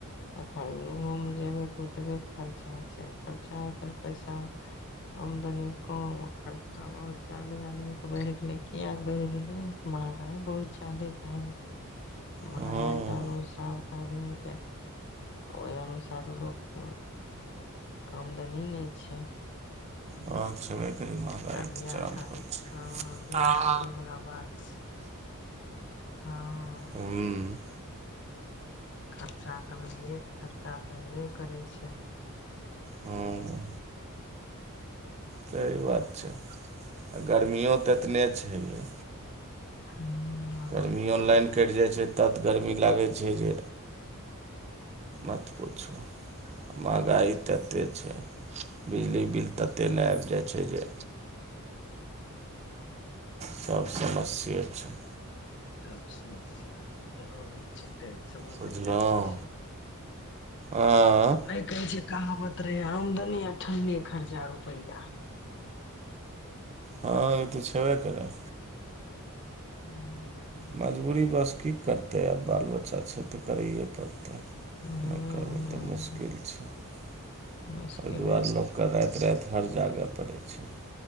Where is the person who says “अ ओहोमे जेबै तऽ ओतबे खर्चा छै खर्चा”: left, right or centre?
Left